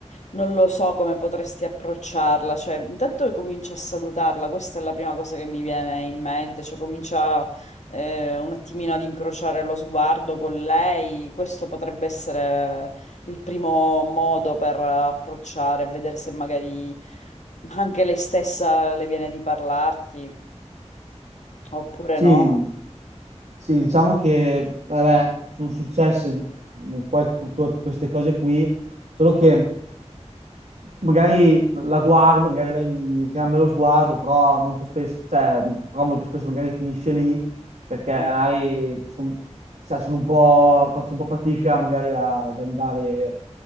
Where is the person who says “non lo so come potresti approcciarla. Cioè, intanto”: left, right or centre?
Left